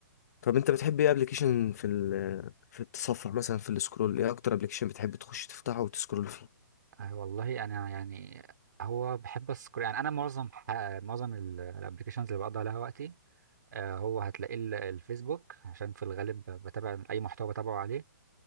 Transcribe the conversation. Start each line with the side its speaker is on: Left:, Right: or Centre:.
Left: طب انت بتحب ايه ابلكيشن في ال في التصفح مثلا في السكرول ايه اكتر ابلكيشن بتحب تخش تفتحه وتسكرول فيه
Right: آه والله انا يعني هو بحب السكر يعني انا معظم ح... معظم الابلكيشنز اللي بقضي عليها وقتي آه هو هتلاقيه ال- الفيسبوك عشان في الغالب بتابع اي محتوى بتابعه عليه